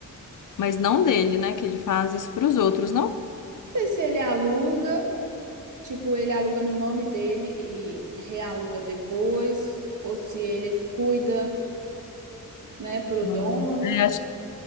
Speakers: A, on the left; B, on the right.
A: Mas não dele, né? Que ele faz isso para os outros, não?
B: sei se ele aluga, tipo, ele aluga no nome dele e realuga depois, ou se ele cuida, né, pro
A: Hum,
B: dono.
A: é, acho que